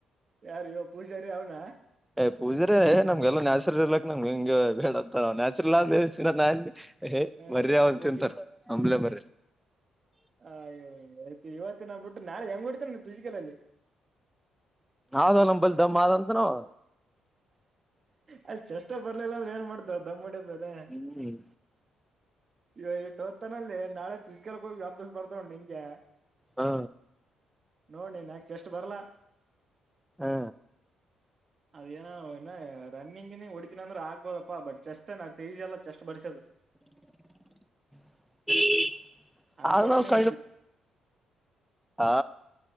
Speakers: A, on the right (about 40°); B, in the centre.
A: ಯಾರ ಇವಾ ಪೂಜಾರಿ ಅವನ
B: ಏ ಪೂಜರೇ ನಮ್ಗೆಲ್ಲಾ ನ್ಯಾಚುರಲ್ ಇರಲಾಕ್ ನಮ್ಗೆ ಹಂಗ ಬೇಡ ಅಂತ ನಮಗನ್ಯಾಚುರಲ್ ಆದಲೇ ಅಂತ ನಾನಂತಿನಿ. ಏಯ್
A: ಹ
B: ಬರ್ಯ ಅವ್ ತಿಂತಾರ ನ <unintelligible> ಮ್ಲೆೇ ಬರ್ರ
A: ಅಯ್ಯ ಐತಿ ಇವತ್ತು ನಾ ಬಿಟ್ಟ ನಾಳೆ ಹೆಂಗ್ ಹೊಡ್ತಾನ ನ ಫಿಸಿಕಲ್ ಅಲ್ಲಿ.
B: ಆದ ನಂಬಲ್ ದಮ್ಮ ಆದಂತ ನವಾ
A: ಅಲ್ಲಿ ಚಷ್ಟ ಬರ್ಲಿಲ್ಲ ಅಂದ್ರೆ ಏನ್ ಮಾಡತ ದಮ್ಮೊಡದ್ ದ
B: ಹ್ಮ್
A: <inaudible> ಈವಾಇಟೋತನಲ್ಲೇ ನಾಳೆ ಪಿಸಿಕಲ್ ಹೋಗಿ ವಾಪಸ್ ಬರ್ತಾ ನೋಡನಿಂಗೆ.
B: ಹಾ,
A: ನೋಡ್ ನೀನ್ ಯಾಕೆಚೆಷ್ಟ ಬರಲ್ಲಾ.
B: ಹಾ,
A: ಅದೇನೋ ಇನ್ನ ರನ್ನಿಂಗ್-ಗಿನ್ನಿಂಗ ಹೊಡಿತಿನ ಅಂದ್ರೆ ಆಗ್ಬೋದಪ್ಪಾ. ಬಟ್ ಚೆಸ್ಟ್ ನಾ ಈಜಿ ಅಲ್ಲ ಚೆಸ್ಟ್ ಬರಿಸದು.
B: <inaudible>
A: ಅನ್ಕೋಣ
B: ಅ ನ
A: ನೀವ
B: ಕ ಆ